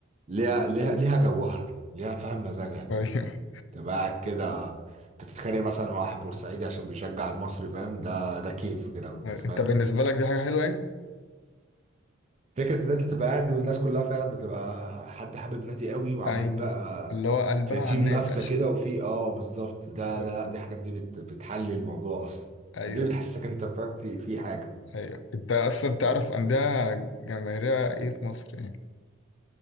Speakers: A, on the right (about 35°); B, on the left (about 70°).
A: ليها ليها ليها جوها ليها فاهم مزاجها كده
B: أيوه
A: تبقى قاعد كده تتخانق مثلا مع واحد بورسعيدي عشان بيشجع المصري فاهم ده ده كيف كده بس
B: <laughs>
A: فاهم
B: أنت بالنسبة لك دي حاجة حلوة يعني؟
A: فكرة إن أنت تبقى قاعد والناس كلها فعلا بتبقى حد حابب نادي قوي وعمالين
B: أيوه
A: بقى
B: اللي هو قلبها
A: في,
B: على
A: في
B: النادي
A: منافسة
B: عشان
A: كده وفي آه بالظبط ده
B: بالظبط
A: ده لا دي حاجات دي بت بتحل الموضوع أصلا
B: أيوه
A: دي اللي بتحسسك إن أنت فاهم في في حاجة
B: أيوه أنت أصلا تعرف أندية جماهيرية إيه في مصر يعني؟